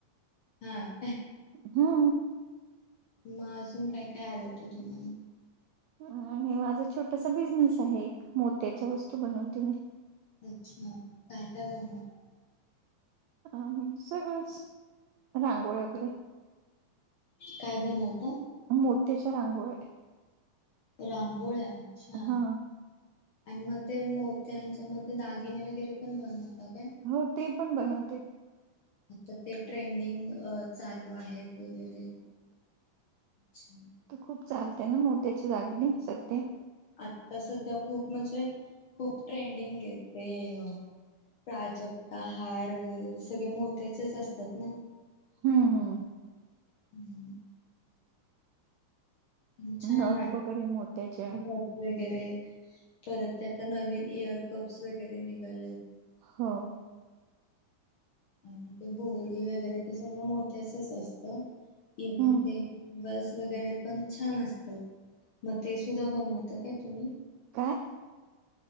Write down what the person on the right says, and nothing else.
हा.
आणि माझा छोटासा बिझनेस आहे एक मोत्याच्या वस्तू बनवते मी.
आ हम्म सगळंच, रांगोळ्या वगैरे.
मोत्याच्या रांगोळ्या.
हा
हो ते पण बनवते.
आता खूप चालते ना मोत्याच्या दागिने सध्या.
हम्म हम्म.
नथ
वगैरे मोत्याच्या
हा.
हम्म
काय?